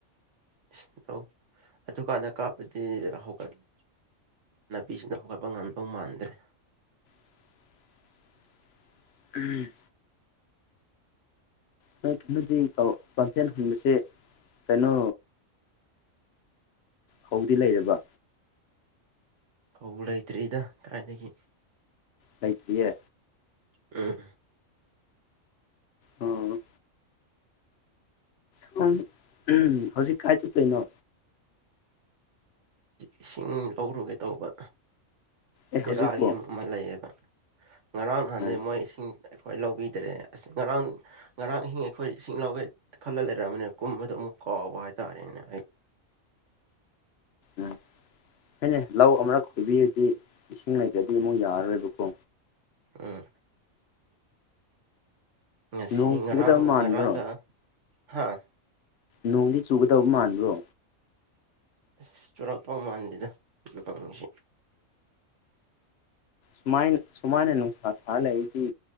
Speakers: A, on the right (about 65°); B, on the left (about 60°).
A: ꯏꯁꯧ ꯑꯗꯨꯀꯥꯟꯗ ꯀꯥꯞꯄꯗꯤ ꯍꯧꯒꯅꯤ ꯅꯥꯄꯤꯁꯤꯡꯅ ꯍꯧꯒꯠꯄ ꯉꯝꯗꯧ ꯃꯥꯟꯗ꯭ꯔꯦ
B: <inaudible> ꯎꯝ ꯅꯣꯏ ꯀꯩꯅꯣꯗꯤ ꯄꯝꯐꯦꯟ ꯍꯟꯕꯁꯦ ꯀꯩꯅꯣ ꯍꯧꯗꯤ ꯂꯩꯔꯕ
A: ꯍ ꯂꯩꯇ꯭ꯦꯗ ꯀꯗꯥꯥꯏꯏꯗꯒꯤ
B: ꯀꯩꯀꯤꯦ
A: ꯎꯝ
B: ꯑꯣ ꯁꯣꯝ ꯎ ꯍꯧꯖꯤꯛ ꯀꯥꯏ ꯆꯠꯇꯣꯏꯅꯣ
A: ꯏꯁꯤꯡ ꯂꯧꯔꯨꯒꯦ ꯇꯧꯕ
B: ꯑꯦ ꯍꯧꯖꯤꯛꯄꯣ
A: ꯔꯒꯤ ꯃꯂꯌꯦꯕ ꯉꯔꯥꯡ ꯅꯍꯥꯟꯗꯩ
B: ꯎꯝ
A: ꯃꯣꯏ ꯏꯁꯤꯡ ꯑꯩꯈꯣꯏ ꯂꯧꯕꯤꯗ꯭ꯔꯦ ꯑꯁ ꯉꯔꯥꯡ ꯉꯔꯥꯡ ꯏꯤꯡ ꯑꯩꯈꯣꯏ ꯏꯁꯤꯡ ꯂꯧꯒꯦ ꯈꯜꯂ ꯂꯩꯔꯝꯕꯅꯦ ꯀꯨꯝꯕꯗꯣ ꯑꯃꯨꯛ ꯀꯥꯎꯕ ꯇꯥꯔꯦꯅꯦ
B: ꯎꯝ ꯍꯣꯏꯅꯦ ꯂꯧ ꯑꯃꯔꯛ ꯈꯣꯏꯕꯤꯔꯗꯤ ꯏꯁꯤꯡ ꯂꯩꯇꯗꯤ ꯑꯃꯨꯛ ꯌꯥꯔꯔꯣꯏꯕꯀꯣ
A: ꯎꯝ ꯉꯁꯤ
B: ꯅꯣꯡ
A: ꯉꯔꯥꯡꯒ
B: ꯆꯨꯒꯗꯕ ꯃꯥꯟꯕ꯭ꯔꯣ
A: ꯉꯔꯥꯡꯒ ꯍꯥꯥ
B: ꯅꯣꯡꯗꯤ ꯆꯨꯒꯗꯕ ꯃꯥꯟꯕ꯭ꯔꯣ
A: ꯑꯁ ꯆꯨꯔꯛꯇꯧ ꯃꯥꯟꯗꯦꯗꯪꯉꯁꯤ
B: ꯁꯨꯃꯥꯏꯅ ꯁꯨꯃꯥꯏꯅ ꯅꯨꯡꯁꯥ ꯊꯥ ꯂꯩ ꯑꯩꯗꯤ